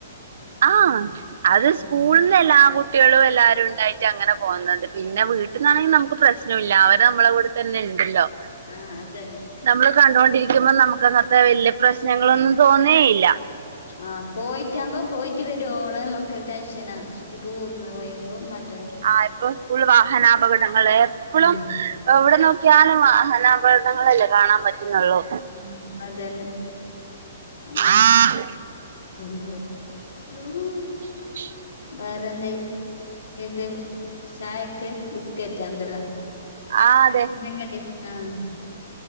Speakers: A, on the right (about 55°); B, on the left (about 80°).
A: ആഹ് അത് സ്കൂളിന്ന്
B: ഉം
A: എല്ലാ കുട്ടികളും എല്ലാരുംണ്ടായിട്ട് അങ്ങനെ പോന്നത്. പിന്നെ വീട്ട്ന്നാണെങ്കി നമുക്ക് പ്രശ്നം ഇല്ല അവര് നമ്മളെ കൂടെ തന്നെണ്ടല്ലോ?
B: ആഹ് അതന്നെ.
A: നമ്മള് കണ്ടൊണ്ടിരിക്ക്‌മ്പം നമക്ക് അങ്ങത്തെ വല്യ പ്രശ്നങ്ങളൊന്നും തോന്നേയില്ല.
B: ആഹ് പോയിട്ടാമ്പോ പോയിട്ട് വരുവോളം ഞമക്ക് ടെൻഷനാണ് സ്കൂ ട്ടൂറിന് പോയി <unintelligible> മറ്റ
A: ആ ഇപ്പോ സ്കൂളില് വാഹനാപകടങ്ങള് എപ്പളും
B: ഉം
A: എവ്ടെ നോക്കിയാലും വാഹനാപകടണങ്ങളല്ലേ കാണാൻ പറ്റുന്നൊള്ളൂ?
B: ഉം അതന്നെ അങ്ങനെ
A: ഏഹ്
B: തു <unintelligible> <inaudible>
A: <inaudible>
B: വറെഎന്തയ് ഇത് ചായക്ക് ബിസ്കറ്റ് എന്തെല്ലാം?
A: ആഹ് അതെ
B: എണ്ണക്കടിയാ ആഹ്